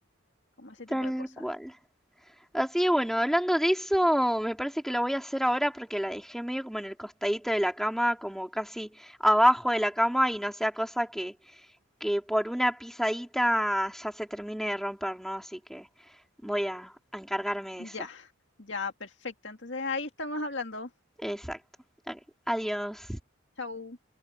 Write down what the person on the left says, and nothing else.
como ese
tipo de cosas.
Ya,
ya, perfecto. Entonces ahí estamos hablando.
Chau.